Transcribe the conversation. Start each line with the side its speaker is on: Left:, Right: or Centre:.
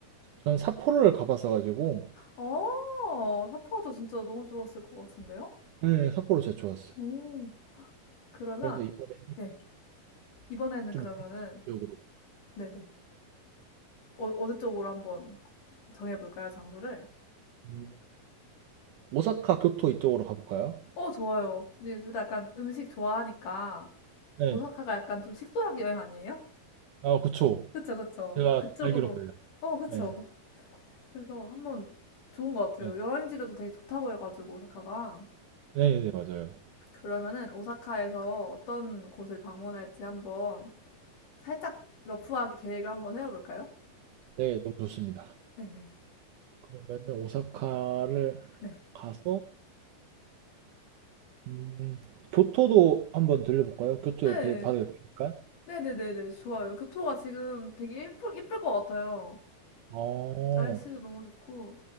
Right: 저는 삿포로를 가봤어 가지고
Left: 어, 삿포로도 진짜 너무 좋았을 것 같은데요?
Right: 네, 삿포로 진짜 좋았어요.
Left: 오, 그러면,
Right: 그래서 이번에
Left: 네. 이번에는
Right: 좀
Left: 그러면은,
Right: 밑에 지역으로
Left: 네네. 어, 어느 쪽으로 한번 정해볼까요, 장소를?
Right: 음, 오사카 교토 이쪽으로 가볼까요?
Left: 어, 좋아요. 근데 둘 다 약간 음식 좋아하니까
Right: 네.
Left: 오사카가 약간 좀 식도락 여행 아니에요?
Right: 아, 그쵸.
Left: 그쵸, 그쵸.
Right: 제가
Left: 그쪽으로.
Right: 알기론 그래요.
Left: 어, 그쵸.
Right: 네.
Left: 그래서 한번 좋은 것 같아요.
Right: 네,
Left: 여행지로도 되게 좋다고 해가지고 오사카가.
Right: 네, 네, 맞아요.
Left: 그러면은 오사카에서 어떤 곳을 방문할지 한번 살짝 러프하게 계획을 한번 세워볼까요?
Right: 네, 너무 좋습니다.
Left: 네네.
Right: 그러면은 오사카를
Left: 네.
Right: 가서 음, 교토도 한번 들려볼까요? 교토
Left: 네.
Right: 옆에 바로 옆이니까.
Left: 네네네네. 좋아요. 교토가 지금 되게 예쁠, 예쁠 것 같아요.
Right: 어,
Left: 날씨도 너무 좋고,